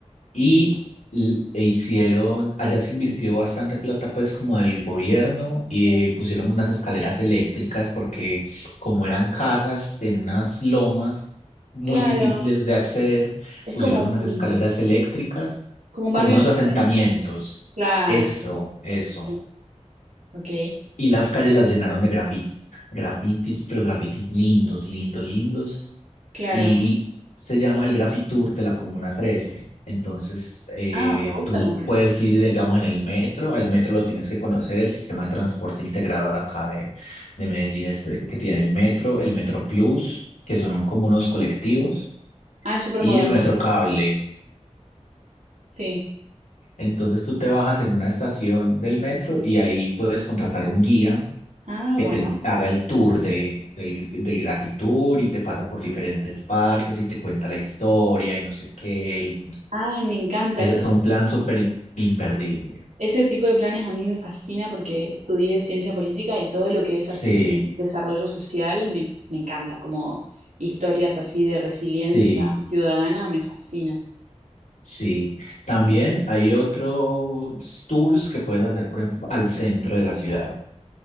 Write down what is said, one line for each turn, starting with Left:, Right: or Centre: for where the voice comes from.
Left: y l- e hicieron, allá se invirtió bastante plata pues como del gobierno y
Right: Sí.
Left: pusieron unas escaleras eléctricas porque como eran casas en unas lomas muy
Right: Claro,
Left: difíciles de acceder,
Right: es
Left: pusieron
Right: como un,
Left: unas escaleras eléctricas
Right: como un
Left: como
Right: barrio
Left: unos
Right: de emergencia.
Left: asentamientos.
Right: Claro,
Left: Eso,
Right: sí,
Left: eso.
Right: sí. Ok,
Left: Y las calles las llenaron de grafitis, grafitis, pero grafitis lindos, lindos, lindos
Right: claro.
Left: y se llama el Graffiti Tour de la Comuna Trece, Entonces, eh,
Right: Ah, me gusta
Left: tú
Right: el nombre.
Left: puedes ir, digamos, en el metro, al metro lo tienes que conocer, el sistema de transporte integrado de acá de, de Medellín es el que tiene el metro, el Metro Plus, que son un- como unos colectivos,
Right: Ah, es súper
Left: y
Right: moderno.
Left: el Metro Cable.
Right: Sí.
Left: Entonces, tú te bajas en una estación del
Right: Ujú.
Left: metro y ahí puedes contratar un guía
Right: Ah,
Left: que
Right: bueno.
Left: te haga el tour de, del, del Graffiti Tour y te pasa por diferentes partes y te cuenta la historia y no sé qué.
Right: Ah, me encanta.
Left: Ese
Right: Ese,
Left: es un plan súper i- imperdible.
Right: ese tipo de planes a mí me fascina porque estudié ciencia política y todo lo que es
Left: Sí,
Right: así desarrollo social me, me encanta, como historias así de resiliencia
Left: sí,
Right: ciudadana me fascina.
Left: sí. También hay otros tours que puedes hacer, por ejemplo, al centro de la ciudad.